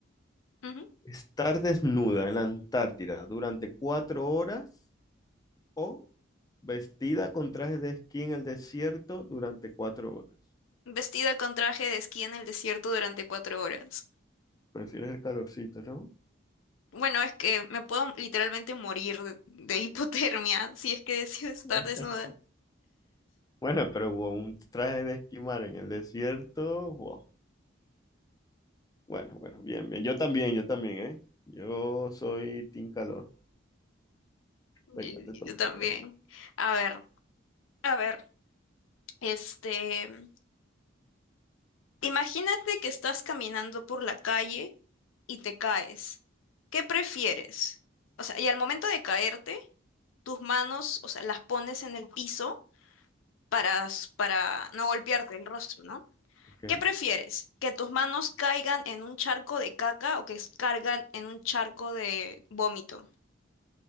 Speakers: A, on the left; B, on the left.
A: Ujú.
B: ¿Estar desnuda en la Antártida durante cuatro horas o vestida con traje de esquí en el desierto durante cuatro horas?
A: Vestida con traje de esquí en el desierto durante cuatro horas.
B: Prefieres el calorcito, ¿no?
A: Bueno, es que me puedo literalmente morir de, de hipotermia <laughs> si es que decido estar
B: <laughs>
A: desnuda.
B: Bueno, pero un traje de esquimar en el desierto, wow. Bueno, bueno, bien, bien. Yo también, yo también, ¿eh? Yo soy Team Calor. Venga,
A: Y-
B: te
A: y
B: toca.
A: Yo también.
B: dale.
A: A ver, a ver. Este, imagínate que estás caminando por la calle y te caes. ¿Qué prefieres? O sea, y al momento de caerte, tus manos, o sea, las pones en el piso para, s- para no golpearte el rostro, ¿no?
B: Ok.
A: ¿Qué prefieres? ¿Que tus manos caigan en un charco de caca o que s- caigan en un charco de vómito?